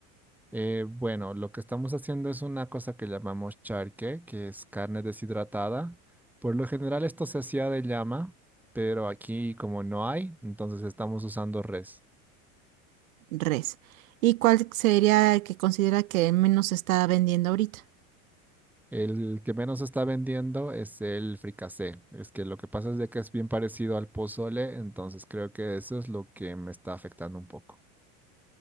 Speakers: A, in the centre; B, on the right.
A: Eh, bueno, lo que estamos haciendo es una cosa que llamamos charque, que es carne deshidratada. Por lo general esto se hacía de llama, pero aquí como no hay, entonces estamos usando res.
B: Res. ¿Y cuál sería el que considera que menos se está vendiendo ahorita?
A: El que menos está vendiendo es el fricasé. Es que lo que pasa es de que es bien parecido al pozole, entonces creo que eso es lo que me está afectando un poco.